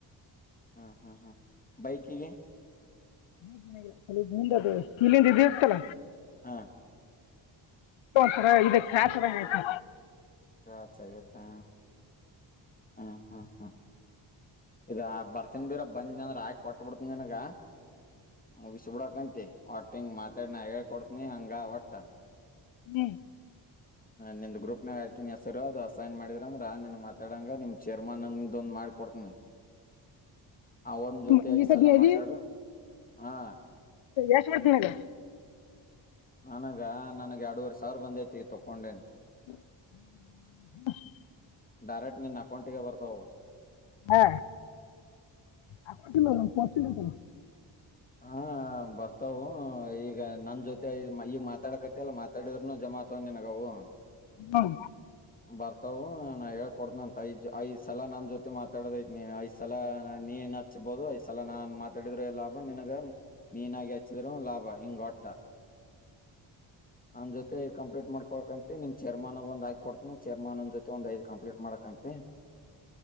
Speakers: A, on the left; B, on the left.
A: ಹಾ ಹಾ್ ಹಾ್ ಬೈಕಿಗೆ
B: ಲಿಂದ ಇದತಲ್ಲ
A: ಹಾ
B: ಸರ ಇದ ಕಾತರ ಆಯ್ತು
A: ಹ ಸಗತ ಹ ಹ್ಮ ಹಾ ಹಾ ಇದ ಬರ್ತನ್ ಬೀರ ಬಂದಿ ಅಂದ್ರ ಆಕಿ ಕೊಟ್ಟ ಬಿಡ್ತನ ನನ್ಗ ಮೂಗಿಸುಬಡಕಂತ ಆಟಿಂಗ್ ಮಾತಾಡ ನ ಹೇಳ್ಕೊಡ್ತನಿ ಹಂಗ ಹೊಟ್ಟ
B: ಹ್ಮ್
A: ನಿ ಗ್ರೂಪ್ ನ ಹಾಕಿನ ಹೆಸರು ಅದು ಅಸೈನ್ ಮಾಡಿದ್ರ ಅಂದ್ರ ಆ ನಿನ್ ಮಾತಾಡಂಗ ನಿಮ್ ಚೇರ್ಮನ್ಂದ ಆಡ್ ಕೊಡ್ತ ಅವನ್ ಜೊತೆ
B: ನಿಮ್ಮ-
A: ಈ
B: ಸತಿ
A: ಸಲ
B: ಅದಿ
A: ಮಾತಾಡು ಹಾ
B: ಎಷ್ಟು ಬಡ್ತೀನಗ
A: ನನಗ ನನ್ಗೆ ಎರಡೂವರೆ ಸಾವಿರ ಬಂದೈತಿ ತಕೊಂಡೇನ್
B: <inaudible>
A: ಡೈರೆಕ್ಟ್ ನಿನ್ ಅಕೌಂಟ ಗೆ ಬರ್ತವು
B: ಹಾ ಆಕ ತಿ ಪ ಕನ
A: ಹ ಬರ್ತವು ಈಗ ನನ್ ಜೊತೆ ಈಗ ಮಾತಾಡಕತಿ ಅಲ್ಲ ಮಾತಾಡ ಜಮಾತ ನೆನಗವು
B: ಹ್ಞೂ
A: ಬರ್ತವು ನಾ ಹೇಳ ಕೊಡ್ದನ ಅಂತ ಐದ್ ಐದ್ ಸಲ ನನ್ ಜೊತೆ ಮಾತ ಮಾತಾಡೈ ನೀ ಐ ಸಲ ನೀನ್ ಹಚ್ಬಹುದು ಐಸಲ ನಾ ಮಾತಡಿದ್ರೆ ಎಲ್ಲ ನಿನಗರ ಮ ನೀನ ಆಗಿಚಿದರ ಲಾಭ ಇಂಗೋಟ ನನ್ ಜೊತೆ ಕಂಪ್ಲೀಟ್ ಮಾಡ್ಕೊಕ್ಂತ ಏ ನಿಮ್ ಚೇರ್ಮನ್ಗ ಒಂದ ಆಕ್ಕಿ ಕೊಡ್ತಿನ ಚೆರ್ಮನನ್ ಜೊತೆ ಒಂದ ಐದ್ ಕಂಪ್ಲೀಟ್ ಮಾಡಕಂತಿ.